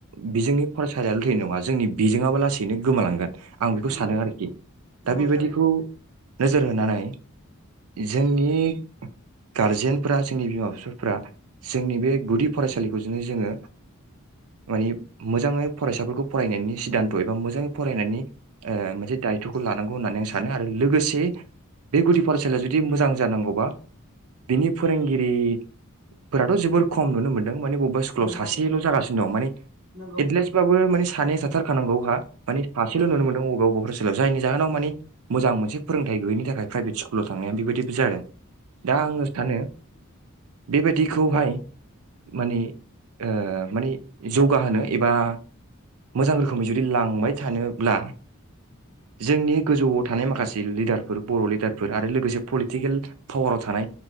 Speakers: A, on the right; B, on the right.
A: बिजोंनि फरायसालियाल' थैनाय नङा जोंनि बिजोङाबो लासैनो गोमालांगोन। आं बेखौ
B: नंगौ
A: सानो आरोखि
B: नंगौ
A: दा बेबायदिखौ
B: थारैनो
A: नोजोर होनानै जोंनि गारजेन फोरा जोंनि बिमा फिफाफोरा जोंनि बे गुदि फरायसालिखौ जोनो जोङो मानि मोजाङै फरायसाफोरखौ फरायनायनि सिदानथ' एबा मोजाङै फरायनायनि ओ मोनसे दायथ'खौ लानांगौ होननानै आं सानो आरो लोगोसे बे गुदि फरायसालिया जुदि मोजां जानांगौबा बिनि फोरोंगिरिफोराथ' जोबोर खम नुनो मोन्दों माने अब्बा स्कुलाव
B: नंगौ
A: सासेल' जागासिनो दं माने
B: नंगौ
A: एथलेसबाबो माने सानै साथार थानांगौ हा माने सासेल'
B: औ
A: नुनो मोनदों <unintelligible> जायनि जाहोनाव मानि मोजां मोनसे फोरोंथाइ गैयिनि थाखाय प्राइभेट स्कुलाव थांनाया बेबायदिबो जादों। दा
B: औ
A: आङो
B: नंगौ।
A: सानो बेबायदिखौहाय मानि ओ मानि जौगाहोनो एबा मोजां रोखोमै जुदि लांबाय थानोब्ला जोंनि गोजौआव थानाय माखासे लिडारफोर बर' लिडारफोर आरो लोगोसे पलिटिकेल पावाराव थानाय